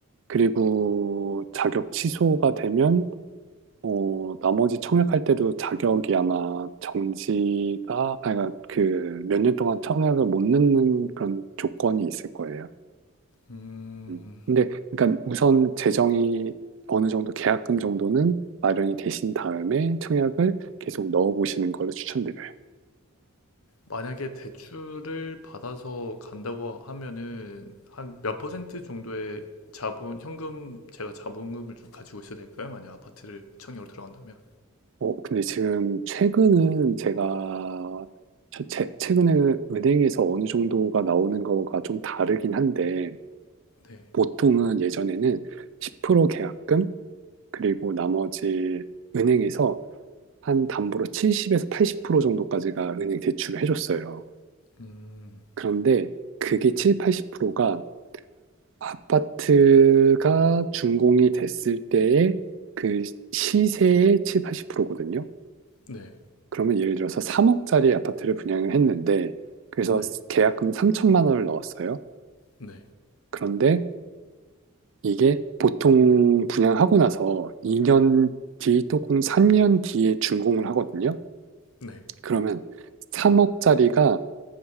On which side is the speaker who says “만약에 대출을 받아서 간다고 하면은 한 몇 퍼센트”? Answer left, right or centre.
Left